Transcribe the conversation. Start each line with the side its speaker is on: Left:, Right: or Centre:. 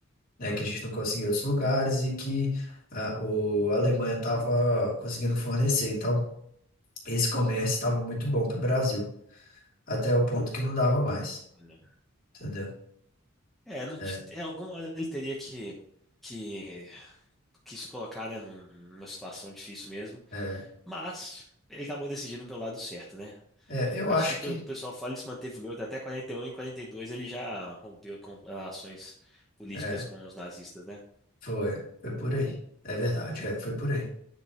Left: né, que a gente não conseguia em outros lugares e que ah, o, a Alemanha estava conseguindo fornecer. Então, esse comércio estava muito bom para o Brasil, até o ponto que não dava mais,
Centre: Olha.
Left: entendeu?
Centre: É, não, ti-
Left: É,
Centre: é, alguma hora ele teria que, que, que se colocar, né, num- numa situação difícil mesmo.
Left: é,
Centre: Mas ele acabou decidindo pelo lado certo, né?
Left: é, eu
Centre: Acho
Left: acho
Centre: que pelo
Left: que.
Centre: pessoal fala ele se manteve neutro até 41 e 42 ele já rompeu com relações políticas
Left: é,
Centre: com os nazistas, né?
Left: Foi, foi por aí. É verdade, é, foi por aí.